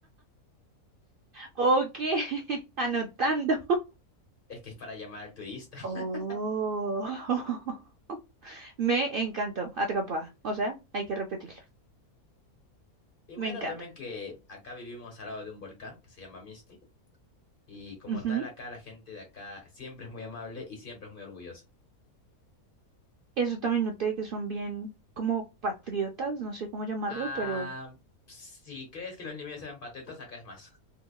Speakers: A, on the right; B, on the left.
A: Ok, <laughs> anotando.
B: Es que es para llamar al turista.
A: Oh.
B: <laughs>
A: <laughs> Me encantó, atrapada. O sea, hay que repetirlo.
B: Y
A: Me
B: bueno,
A: encanta.
B: también que acá vivimos al lado de un volcán que se llama Misti y como
A: Ujú.
B: tal acá la gente de acá siempre es muy amable y siempre es muy orgullosa.
A: Eso también noté que son bien como patriotas, no sé cómo llamarlo,
B: Ah,
A: pero...
B: si crees que los limeños eran patriotas, acá es más.